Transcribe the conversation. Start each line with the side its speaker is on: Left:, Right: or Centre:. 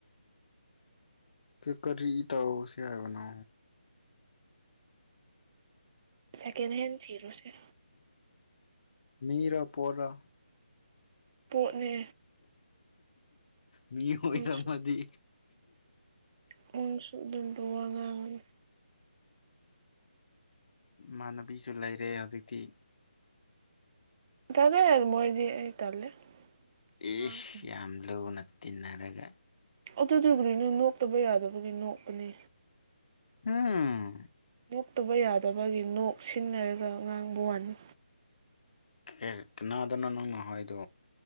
Left: ꯀ ꯀꯔꯤ ꯇꯧꯁꯦ ꯍꯥꯏꯕꯅꯣ
Right: ꯁꯦꯀꯦꯟ ꯍꯦꯟ ꯊꯤꯔꯨꯁꯦ
Left: ꯃꯤꯔ ꯄꯣꯔ
Right: ꯄꯣꯠꯅꯦ
Left: ꯃꯤ ꯑꯣꯏꯔꯝꯃꯗꯤ
Right: ꯅꯪꯁꯨ ꯅꯪꯁꯨ ꯑꯗꯨꯝꯕ ꯋꯥ ꯉꯥꯡꯉꯦ
Left: ꯃꯥꯟꯅꯕꯤꯖꯨ ꯂꯩꯔꯦ ꯍꯧꯖꯤꯛꯇꯤ
Right: ꯇꯜꯂꯦ ꯃꯣꯏꯗꯤ ꯑꯩ ꯇꯜꯂꯦ ꯑꯉꯥꯡꯁꯤꯡ
Left: ꯏꯁ ꯌꯥꯝ ꯂꯨꯅ ꯇꯤꯟꯅꯔꯒ
Right: ꯑꯗꯨꯗꯨꯕꯨꯗꯤꯅꯦ ꯅꯣꯛꯇꯕ ꯌꯥꯗꯕꯒꯤ ꯅꯣꯛꯄꯅꯤ
Left: ꯍꯝ
Right: ꯅꯣꯛꯇꯕ ꯌꯥꯗꯕꯒꯤ ꯅꯣꯛ ꯁꯤꯟꯅꯔꯒ ꯉꯥꯡꯕ ꯋꯥꯅꯤ
Left: ꯍꯦ ꯀꯅꯥꯔꯗꯅꯣ ꯅꯪꯅ ꯍꯥꯏꯗꯣ